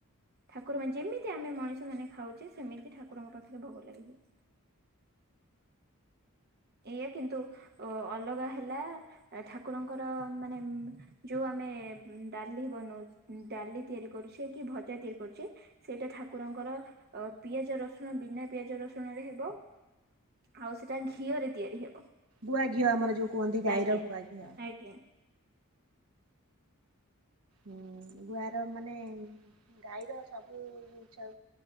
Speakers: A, on the right; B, on the right.
A: ଠାକୁର ପାଇଁ ଯେମିତି ତ ଆମେ ମଣିଷ ମାନେ ଖାଉଛେ ସେମିତି ଠାକୁରଙ୍କ ପାଖରେ ଭୋଗ ଲାଗି ହୁଏ ଏଇଆ କିନ୍ତୁ ଅ ଅଲଗା ହେଲା ଠାକୁରଙ୍କର ମାନେ ଯୋଉ ଆମେ ଆମେ ଡାଲି ବନଉ ଡାଲି ତିଆରି କରୁଛେ କି ଭଜା ତିଆରି କରୁଛେ ସେଇଟା ଠାକୁରଙ୍କ ଙ୍କର ପିଆଜ ରସୁଣ ବିନା ପିଆଜ ରସୁଣ ରେ ହେବ ଆଉ ସେଟା ଘିଅରେ ତିଆରି ହେବ
B: ଗୁଆଘିଅ ଆମର ଯୋଉ କୁହନ୍ତି ଗାଈର
A: ଆଜ୍ଞା
B: ଗୁଆ ଘିଅ
A: ଆଜ୍ଞା
B: ହୁଁ ଗୁଆର ମାନେ ଗାଈର ସବୁ ଜିନିଷ